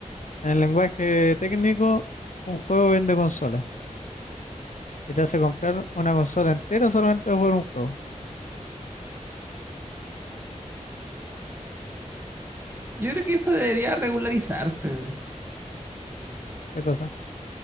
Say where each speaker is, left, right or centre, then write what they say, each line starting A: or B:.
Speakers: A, on the left; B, on the right.
A: el lenguaje técnico, un juego vende consola y te hace comprar una consola entera solamente por un juego.
B: Yo creo que eso debería regularizarse.
A: ¿Qué cosa?